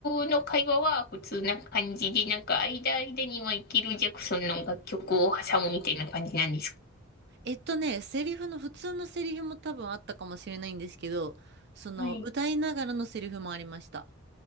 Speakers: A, on the left (about 45°); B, on the right (about 50°).
A: の会話は普通な感じで、なんか間間にマイケル・ジャクソンの楽曲を挟むみたいな感じなんですか
B: えっとね、セリフの、普通のセリフも多分あったかもしれないんですけど、その、
A: はい。
B: 歌いながらのセリフもありました。